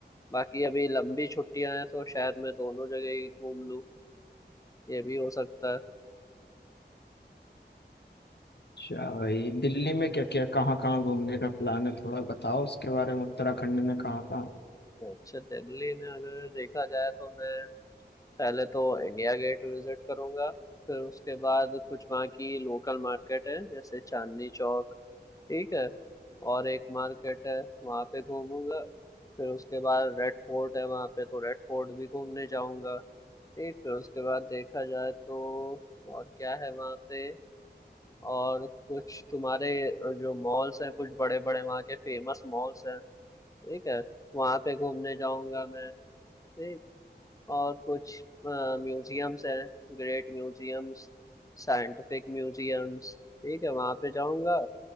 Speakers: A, on the left; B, on the left.
A: बाकी अभी लंबी छुट्टियां हैं तो शायद मैं दोनों जगह ही घूम लूँ ये भी हो सकता है
B: अच्छा भाई दिल्ली में क्या क्या कहाँ कहाँ घूमने का प्लान है थोड़ा बताओ उसके बारे में उत्तराखंड में कहाँ कहाँ
A: तो अच्छा दिल्ली में अगर देखा जाए तो मैं पहले तो इंडिया गेट विजिट करूंगा फिर उसके बाद कुछ वहाँ की लोकल मार्केट है जैसे चांदनी चौक ठीक है और एक मार्केट है वहाँ पे घूमूंगा फिर उसके बाद रेड फोर्ट है वहाँ पे तो रेड फोर्ट भी घूमने जाऊंगा ठीक फिर उसके बाद देखा जाए तो और क्या है वहाँ पे और कुछ तुम्हारे जो मॉल्स हैं कुछ बड़े बड़े वहाँ के फेमस मॉल्स हैं ठीक है वहाँ पे घूमने जाऊंगा मैं ठीक। और कुछ म्यूजियम्स हैं ग्रेट म्यूजियम्स साइंटिफिक म्यूजियम्स ठीक है वहां पे जाऊंगा